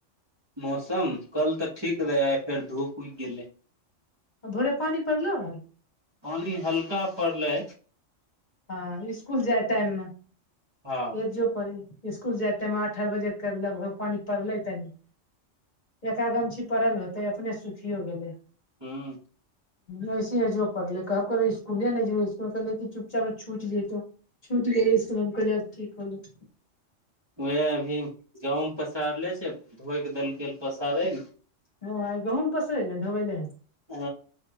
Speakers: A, on the right; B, on the left.
A: मौसम कल तऽ ठीक रहे आय फेर धूप उगि गेलै
B: आ भोरे पानि पड़लोह
A: पानी हल्का पड़लै
B: हँ इसकुल जाय टाइम मे
A: हँ
B: एजो परै इसकुल जाय तमे अठाह बजे करलक लगभग पड़लै तनि एकागमछी पड़ल होते अपने सुखियो गेलै
A: हँ
B: वऐसी है जो पढ़ले कब करो स्कुलिया नहि इकुल ले चल छूट ल तो छूट गेले इसको हम कहलेब ठीक होलो
A: वएह अभी गहूंम पसारले छै धोइक देलकै पसारै
B: हँइ गहुंन पसरैलै हन धढोबैल
A: ह